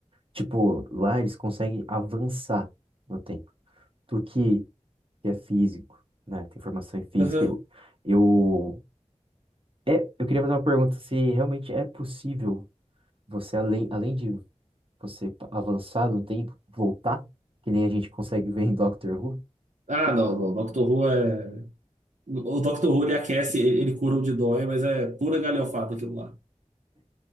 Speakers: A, on the right; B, on the right.
A: Tipo, lá eles conseguem avançar no tempo. Tu que, que é físico, né? Tem formação em física.
B: Aham.
A: Eu, eu, é, eu queria fazer uma pergunta se realmente é possível você, além, além de você pa- avançar no tempo, voltar, que nem a gente consegue ver em Doctor Who.
B: Ah, não, não. Doctor Who é. O Doctor Who ele aquece, ele, ele cura o de dói, mas é pura galhofada aquilo lá.